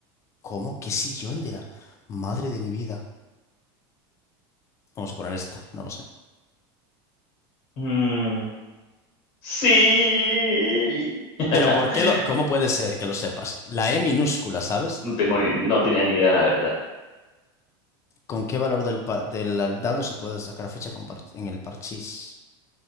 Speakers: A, on the left; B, on the left.
A: ¿Cómo? ¿Qué sillón de la madre de mi vida? Vamos a poner esta, no lo sé.
B: Mm, sí. <laughs>
A: Pero ¿por qué lo, cómo puede ser que lo sepas? La E minúscula, ¿sabes?
B: No tengo ni- no tenía ni idea, la verdad.
A: ¿Con qué valor del, pa- del dado se puede sacar ficha con par- en el parchís?